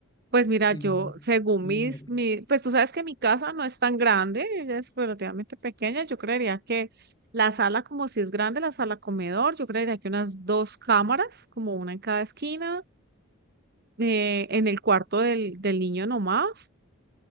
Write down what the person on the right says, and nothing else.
Pues mira,
yo, según
mis,
mi, pues tú sabes que mi casa no es tan grande, ella es relativamente pequeña, yo creería que la sala, como si es grande, la sala comedor, yo creería que unas dos cámaras, como una en cada esquina, eh, en el cuarto del, del niño nomás,